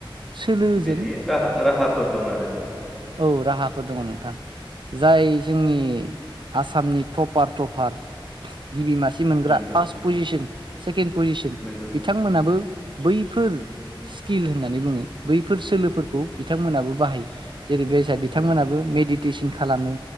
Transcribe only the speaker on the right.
सोलोजों
औ राहाफोर दङ नोंथां। जाय जोंनि आसामनि टपार टफार गिबि मास सि मोनग्रा
फार्स्ट पजिसन सेकेण्ड पजिसन
बिथांमोनाबो बैफोर स्किल होननानै बुङो बैफोर सोलोफोरखौ बिथांमोनाबो बाहायो। जेरै बेसा बिथांमोनाबो
मेडिट टेसन खालामो,